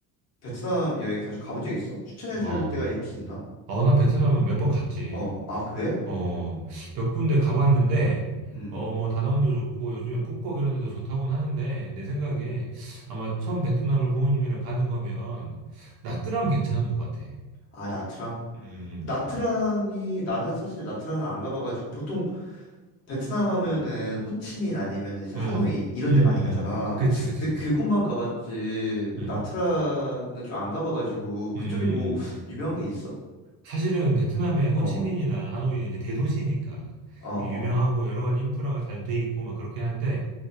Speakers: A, on the left; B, on the right.
A: 베트남 여행 자주 가본 적 있어? 추천해
B: 어,
A: 줄 데가 혹시 있나?
B: 어, 나 베트남은 몇 번 갔지.
A: 어, 아, 그래?
B: 어, 몇 군데 가봤는데
A: 음.
B: 어, 뭐 다낭도 좋고 요즘에 푸꾸옥 이런 데도 좋다고는 하는데 내 생각에
A: 음.
B: 아마 처음 베트남을 부모님이랑 가는 거면 나트랑 괜찮은 것 같아.
A: 아, 나트랑.
B: 음,
A: 나트랑이 나는 사실 나트랑은 안 가봐가지고 보통 베트남 하면은
B: 음,
A: 호치민
B: 음.
A: 아니면은 이제
B: 음.
A: 하노이
B: 어,
A: 이런
B: 음, 음,
A: 데 많이 가잖아.
B: 음. 그치, 그치,
A: 근데
B: 그치.
A: 그곳만 가봤지 그
B: 음,
A: 나트랑은 좀 안 가봐가지고 그쪽에
B: 음.
A: 뭐
B: 음.
A: 유명한 게 있어?
B: 사실은 베트남의 호치민이나
A: 어,
B: 하노이는 이제 대도시니까
A: 어,
B: 이게
A: 어,
B: 유명하고 여러 가지 인프라가 잘 돼 있고 막 그렇긴 한데,